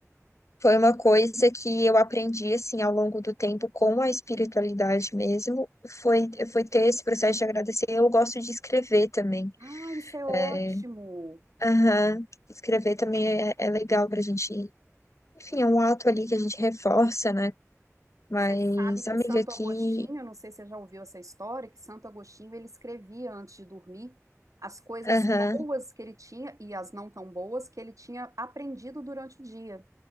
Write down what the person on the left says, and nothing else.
foi uma coisa que eu aprendi assim ao longo do tempo com a espiritualidade mesmo, foi foi ter esse processo de agradecer. Eu gosto de escrever também.
É, aham. Escrever também é, é legal pra gente. Enfim, é um ato ali que a gente reforça, né? Mas,
amiga,
aqui.
Aham.